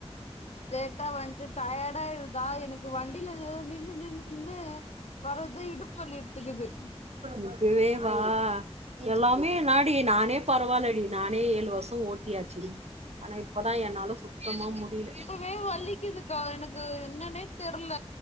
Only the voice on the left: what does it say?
லேட்டா வந்துட்டு டயர்டாயிடுதா எனக்கு வண்டில நின்னு நின்னு நின்னு வர்றது இடுப்புவலி எடுத்துக்குது
இப்பே வலிக்குதுக்கா எனக்கு என்னனே தெர்ல